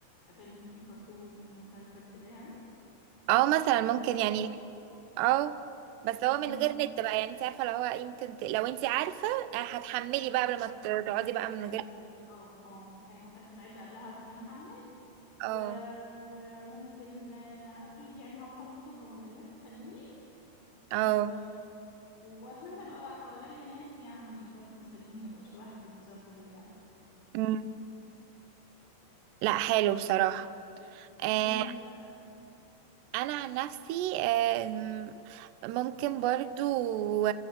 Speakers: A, on the left (about 70°); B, on the right (about 80°).
A: فيلم كرتون مسلسل كده يعني
B: اه مثلا ممكن
A: اه
B: يعني اه بس هو
A: اه
B: من غير
A: اه
B: نت بقى يعني انت عارفة لو هو يمكن ت- لو انت عارفة آه، هتحملي بقى قبل ما تقعدي بقى
A: ايوه
B: من
A: بالظبط
B: غير
A: اه اه يعني ممكن استعد قبلها بان انا احمل
B: اه
A: و... وممكن آه، اكيد يعني هوفر كتب او مجلات تسليني
B: اه
A: و... واتمنى بقى حواليا ناس يعني برضو يسلوني ما بقاش لوحدي في ظرف زي ده
B: مم. لا حلو
A: <laughs>
B: بصراحة آه
A: طب وانتي بقى
B: انا عن نفسي آم، ممكن برضو